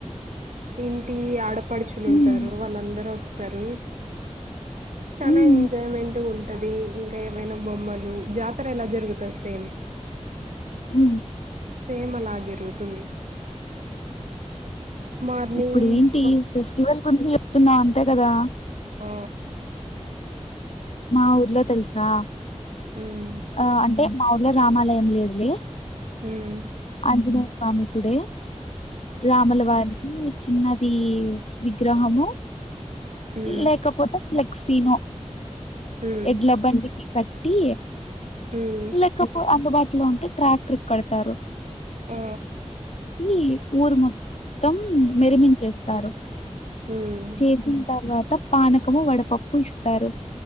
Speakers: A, on the right (about 75°); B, on the left (about 60°).
A: ఇంటి ఆడపడుచులు ఉంటారు
B: ఉమ్
A: వాళ్ళందరూ వస్తారు చానా
B: ఉమ్
A: ఎంజాయ్మెంట్ గా ఉంటది ఇంకా ఏవైనా బొమ్మలు జాతర ఎలా జరుగుతాది సేమ్
B: హ్మ్మ్
A: సేమ్ అలా జరుగుతుంది మార్నింగ్
B: ఇప్పుడేంటి
A: స్వ
B: ఫెస్టివల్ గురించి చూపుతున్నా అంతే కదా
A: ఆ
B: మా ఊర్లో తెలుసా
A: హ్మ్మ్
B: ఆ అంటే మా ఊర్లో రామాలయం లేదులే
A: హుమ్మ్
B: ఆంజనేయ స్వామి కూడే రాములవారి ఈ చిన్నది విగ్రహము
A: ఉమ్
B: లేకపోతే క్సీనో
A: ఉమ్
B: ఎడ్లా బండికి కట్టీ
A: ఉమ్
B: లేకపో అంగ్ బాట్ ఇంట్లో ఉంటే ట్రాక్టర్క్ కడతారు.
A: ఆ
B: ఈ ఊరు మొత్తం మెరమించేస్తారు.
A: ఉమ్
B: చేేసింతర్వాత్ త్త పానకము వడపప్పు ఇస్తారు.